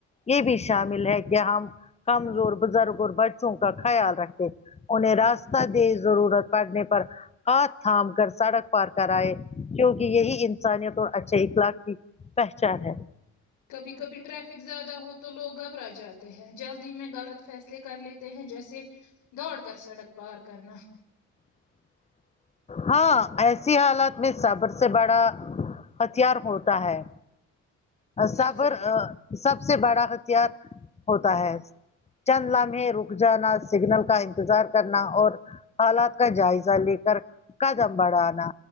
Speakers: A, on the left; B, on the left.
A: یہ بھی شامل ہے کہ ہم کمزور بزرگ اور بچوں کا خیال رکھے انہیں راستہ دے ضرورت پڑنے پر ہاتھ تھام کر سڑک پار کر آائے کیوںکہ یہی انسانیت اور اچھے اخلاق کی پہچان ہے
B: کبھی کبھی ٹریفک زیادہ ہو تو لوگ گبرا جاتے ہیں جلدی میں غلط فیصلے کر لیتے ہیں جیسے دوڑ کر سڑک پار کرنا
A: ہاں ایسی حالت میں سبر سے بڑا ہتھیار ہوتا ہے
B: سب
A: صابر
B: سے بڑا
A: سب سے بڑا ہتھیار ہوتا ہے چند لامے رک جانا سگنل کا انتظار کرنا اور حالات کا جائزہ لے کر قدم بڑھانا